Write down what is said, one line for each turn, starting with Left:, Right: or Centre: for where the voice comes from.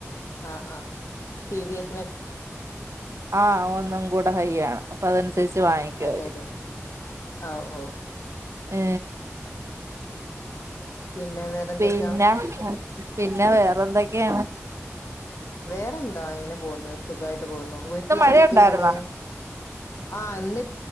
Left: ആഹ് ആഹ് സിവിയസ്!
Right: ആ ഒന്നും കൂടെ ഹൈ ആണ് അതനുസരിച്ചും കൂടെ വാങ്ങിക്കാം അനുസരിച്ച് വാങ്ങിക്കും
Left: അതെ
Right: അവര്
Left: അതെ ആഹ് ഓ
Right: ഏ
Left: പിന്നെ വേറെന്തൊക്കാ
Right: പിന്നെ പിന്നെ വേറെന്തൊക്കെയാണ്?
Left: വേറെന്താ ഇങ്ങനെ പോകുന്നു. സുഖായിട്ട് പോകുന്നു. വീട്ടിലാ
Right: ഇന്ന് മഴയുണ്ടായിരുന്നോ
Left: രൊക്കെയള്ളത്? ആ ഇന്ന്